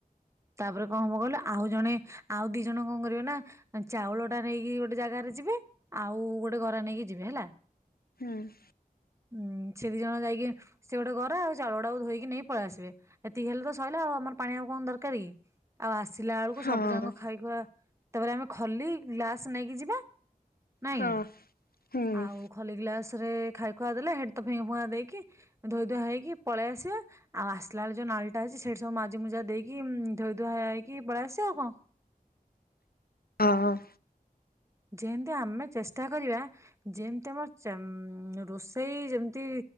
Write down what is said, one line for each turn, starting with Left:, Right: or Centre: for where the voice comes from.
Right: ତାପରେ କଣ ହବ କହିଲ ଆଉ ଜଣେ ଆଉ ଦି ଜଣ କଣ କରିବେ ନାଁ ଆଁ ଚାଉଳଟା ନେଇକି ଗୋଟେ ଜାଗାରେ ଯିବେ ଆଉ ଗୋଟେ ଗରା ନେଇକି ଯିବେ ହେଲା।
Left: ଉଁ
Right: ଉଁ ସେ ଦିଜଣ ଯାଇକି ସେ ଗୋଟେ ଗରା ଆଉ ଚାଉଳ ଗୁଡାକୁ ଧୋଇକି ନେଇ ପଳେଆସିବେ ଏତିକି ହେଲେ ତ ସଇଲା ଆଉ ଆମର ପାଣି ଆଉ କଣ ଦର କାରିକି ଆଉ ଆସିଲା ବେଳକୁ
Left: ହଁ
Right: ସବୁ ଜାଙ୍କ ଖାଇ ଖୁଆ ତାପରେ ଆମେ ଖଲି ଗ୍ଲାସ୍ ନେଇକି ଯିବା ନାଇଁ
Left: ହଁ
Right: କି
Left: ହୁଁ
Right: ଆଉ ଖଲି ଗ୍ଲାସରେ ଖାଇ ଖୁଆ ଦେଲେ ହେଠି ତ ଫିଙ୍ଗି ଫୁଙ୍ଗା ଦେଇକି ଧୋଇ ଧୁଆ ହେଇକି ପଳେଇ ଆସିବା ଆଉ ଆସିଲା ବେଳେ ଯୋଉ ନାଳଟା ଅଛି ସେଠି ସବୁ ମାଜି ମୁଜା ଦେଇ ଇମ୍ ଧୋଇ ଧୁଆ ହେଇକି ପଳେଇ ଆସେ ଆଉ କଣ।
Left: ଅ ହ।
Right: ଯେମତି ଆମେ ଚେଷ୍ଟା କରିବା ଯେମତି ଆମ ଚେମମ ରୋଷେଇ ଯେମତି